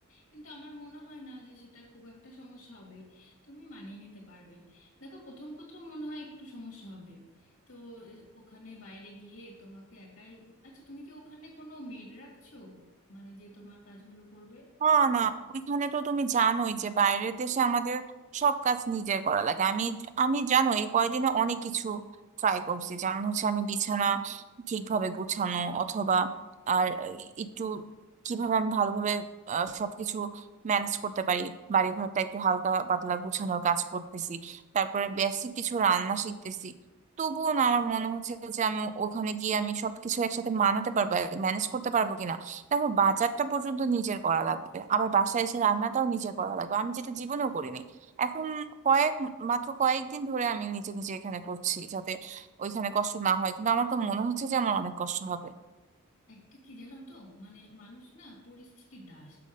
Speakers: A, on the left; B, on the right.
A: কিন্তু আমার মনে হয় না যে সেটা খুব একটা সমস্যা হবে তুমি মানিয়ে নিতে পারবে দেখো প্রথম প্রথম মনে হয় একটু সমস্যা হবে তো ওখানে বাইরে গিয়ে তোমাকে একাই আচ্ছা তুমি কি ওখানে কোনো মেড রাখছো মানে যে তোমার কাজগুলো করবে
B: না না ওইখানে তো তুমি জানোই যে বাইরের দেশে আমাদের সব কাজ নিজের করা লাগে আমি আমি জানো এই কয়দিনে অনেক কিছু ট্রাই করছি যেমন হচ্ছে আমি বিছানা ঠিকভাবে গুছানো অথবা আর একটু কিভাবে আমি ভালোভাবে আহ, সবকিছু ম্যানেজ করতে পারি বাড়ি ঘরটা একটু হালকা পাতলা গুছানোর কাজ করতেছি তারপরে বেসিক কিছু রান্না শিখতেছি তবুও না আমার মনে হচ্ছে যে আমি ওখানে গিয়ে আমি সবকিছু একসাথে মানাতে পারবো ম্যানেজ করতে পারবো কিনা দেখো বাজারটা পর্যন্ত নিজের করা লাগবে আবার বাসায় এসে রান্নাটাও নিজের করা লাগবে আমি যেটা জীবনেও করিনি এখন কয়েক মাত্র কয়েকদিন ধরে আমি নিজে নিজে এখানে করছি যাতে ওইখানে কষ্ট না হয় কিন্তু আমার তো মনে হচ্ছে যে আমার অনেক কষ্ট হবে
A: একটা কি জানো তো মানে মানুষ না পরিস্থিতির দাস